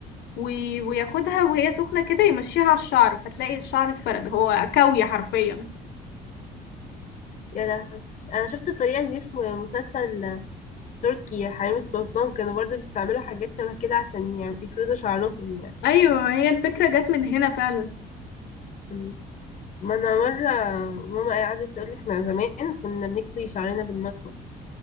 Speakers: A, on the left; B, on the left.
A: وي- وياخدها وهي سخنة كده يمشيها على الشعر فتلاقي الشعر اتفرد هو كوي حرفيا
B: يا لهوي انا شفت الطريقه دي في مسلسل تركي حريم السلطان كانوا برضو بيستعملوا حاجات شبه كده عشان يعني يفردوا شعرهم يعني
A: ايوه هي الفكرة جت من هنا فعلا
B: مم. ما انا مرة ماما قعدت تقول لي احنا زمان كنا بنكوي شعرنا بالمكوى